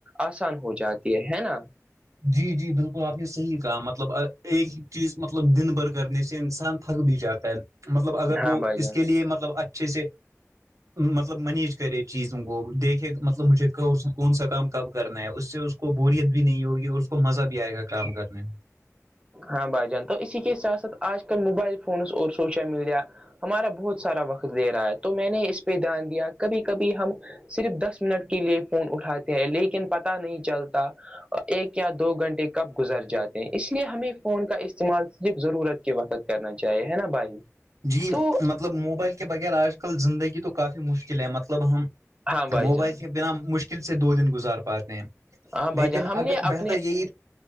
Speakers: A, on the right; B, on the right.
A: آسان ہو جاتی ہے ہے نا
B: جی جی بالکل آپ نے صحیح کہا مطلب آ ایک چیز مطلب دن بھر کرنے سے انسان تھک بھی جاتا ہے مطلب اگر وہ
A: ہاں بھائی جان
B: اس کے لیے مطلب اچھا اچھے سے مطلب مینج کرے چیزوں کو دیکھے مطلب مجھے کفسا کون سا کام کب کرنا ہے اس سے اس کو بوریت بھی نہیں ہوگی اس کو مزہ بھی آئے گا کام کرنے میں
A: ہاں بھائی جان تو اسی کے ساتھ ساتھ آج کل موبائل فونس اور سوشل میڈیا ہمارا بہت سارا وقت لے رہا ہے تو میں نے اس پے دھیان دیا کبھی کبھی ہم صرف دس منٹ کے لیے فون اٹھاتے ہیں لیکن پتا نہیں چلتا ایک یا دو گھنٹے کب گزر جاتے اس لیے ہمیں فون کا استعمال صرف ضرورت کے وقت کرنا چاہیے ہے نا بھائی
B: جی
A: تو
B: مطلب موبائل کے بغیر آج کل زندگی تو کافی مشکل ہے مطلب ہم
A: ہاں بھائی
B: موبائل
A: جان
B: کے بنا مشکل سے دو دن گزار پاتے ہیں
A: ہاں
B: لیکن
A: بھائی جان ہم
B: اگر
A: نے
B: بہتر
A: اپنے
B: یہی